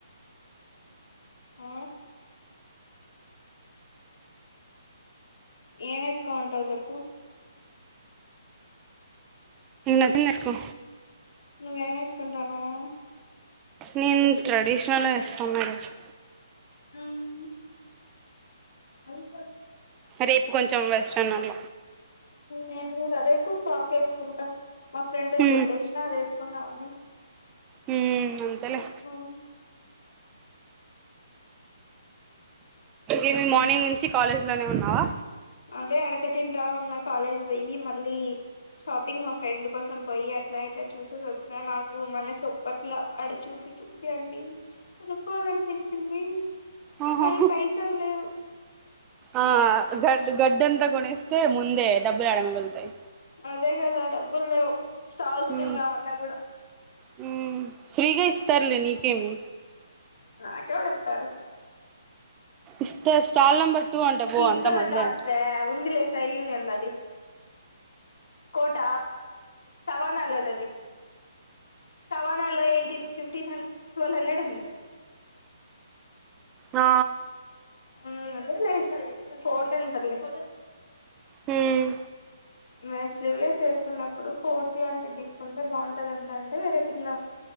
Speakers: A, on the left; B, on the right.
A: ఆ ఏం వేసుకోమంటావు చెప్పు
B: ఈ నపిన్యేసుక్కో
A: నువ్వు ఏం వేసుకుంటున్నావ్
B: నేను ట్రెడిషనల్ నేస్తాను రజు
A: ఉమ్ అది
B: రేపు కొంచెం వర్షనల్ల
A: నేను కూడా రేపు ఫాక్ వేసుకుంటా మా ఫ్రెండ్
B: హ్మ్
A: దొబేసిన అది వే కుందామని
B: హ్మ్ అంతేలే
A: ఆ
B: ఈవినింగ్ మార్నింగ్ నుంచి కాలేజ్ లోనే ఉన్నావా
A: అదే అడక తింటా ఉన్న కాలేజ్ పోయి మళ్ళీ షాపింగ్ మా ఫ్రెండ్ కోసం పోయి అట్లా ఇట్లా చూసేసి వచ్చిన నాకు మనసు ఒప్పట్లే ఆడ చూసి చూసి అన్ని కొనుక్కోవాలనిపించింది
B: ఓహో
A: కానీ పైసలు లేవు
B: ఆ గడ్ గడ్డంతా కొనిస్తే ముందే డబ్బులు ఏడ మిగులుతాయి
A: అదే కదా డబ్బులు లేవు స్టాల్స్
B: హ్మ్
A: తిందామన్న కూడా
B: హ్మ్ ఫ్రీగా ఇస్తారు లే నీకేమి
A: నాకే ఎవడు ఇత్తాడు
B: ఇస్తారు స్టాల్ నెంబర్ టూ అంట పో
A: పింక్
B: అంత
A: కలర్
B: మందే
A: డాట్స్
B: అంట
A: దే ఉందిలే స్టైల్ యూన్అన్లది కోట సవాణలాది సవాణలో ఎయిటిన్ పీట్టన్ ట్వెల్వ్ హ్యంరేండు ఉంది
B: ఆ
A: మ్ అదేలే ఫోటో ఉంటాది ‌
B: హ్మ్
A: నేను స్లీవ్ లస్ వేసుకున్నప్పుడు కోట్ లాంటిది తీసుకుంటే బాగుంటదింట అంటే వేరే పిల్ల